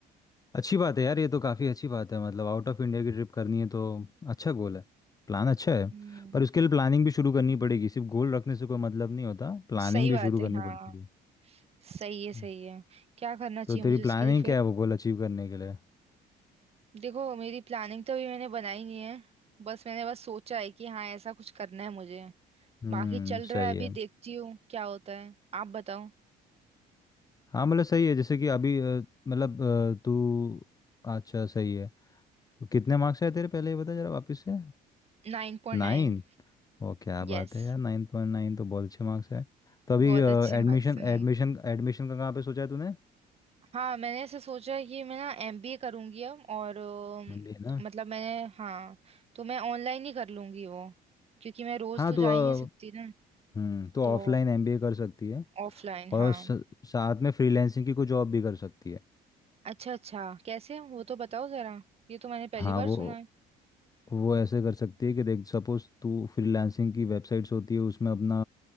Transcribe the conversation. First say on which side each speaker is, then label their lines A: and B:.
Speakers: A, on the left; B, on the right.
A: अच्छी बात है यार ये तो काफ़ी अच्छी बात है मतलब आउट ऑफ इंडिया की ट्रिप करनी है तो अच्छा गोल है प्लान अच्छा है
B: हम्म
A: पर उसके लिए प्लानिंग भी शुरू करनी पड़ेगी सिर्फ गोल रखने से कोई मतलब नहीं होता प्लानिंग
B: सही
A: भी
B: बात
A: शुरू
B: है
A: करनी
B: हाँ
A: पड़ती है
B: सही है सही
A: हम्म।
B: है क्या करना चाहिए
A: तो तेरी
B: मुझे उसके
A: प्लानिंग
B: लिए फिर
A: क्या है वो गोल अचीव करने के लिए
B: देखो मेरी प्लानिंग तो अभी मैंने बनाई नहीं है बस मैंने बस सोचा है कि हाँ ऐसा कुछ करना है मुझे
A: हम्म
B: बाकी चल रहा
A: सही
B: है अभी
A: है
B: देखती हूँ क्या होता है आप बताओ
A: हाँ मतलब सही है जैसे कि अभी अ, मतलब अ, तू अच्छा सही है तो कितने मार्क्स आए तेरे पहले ये बता जरा वापस से
B: नाइन पॉइंट
A: नाइन
B: नाइन
A: ओ क्या बात
B: यस
A: है यार नाइन पॉइंट नाइन तो बहुत अच्छे मार्क्स है तो अभी
B: बहुत
A: एडमिशन
B: अच्छे मार्क्स हैं
A: एडमिशन एडमिशन का कहाँ पे सोचा है तूने
B: हाँ मैंने ऐसा सोचा है कि मैं ना एमबीए करूंगी अब और अम,
A: एमबीए ना
B: मतलब मैंने हाँ तो मैं ऑनलाइन ही कर लूंगी वो क्योंकि मैं रोज
A: हाँ
B: तो
A: तो
B: जा
A: अ,
B: ही नहीं सकती ना
A: हम्म तो
B: तो
A: ऑफलाइन एमबीए कर सकती है
B: ऑफलाइन
A: और
B: हाँ
A: स- साथ में फ्रीलांसिंग की कोई जॉब भी कर सकती है
B: अच्छा अच्छा कैसे वो तो बताओ जरा ये तो मैंने पहली
A: हाँ
B: बार
A: वो
B: सुना है
A: वो ऐसे कर सकती है कि देख सपोज तू फ्रीलांसिंग की वेबसाइट्स होती है उसमें अपना